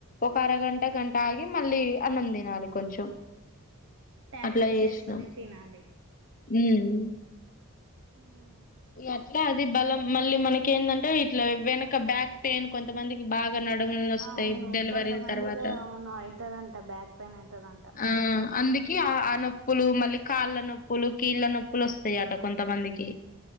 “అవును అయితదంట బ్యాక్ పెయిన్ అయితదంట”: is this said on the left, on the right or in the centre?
Right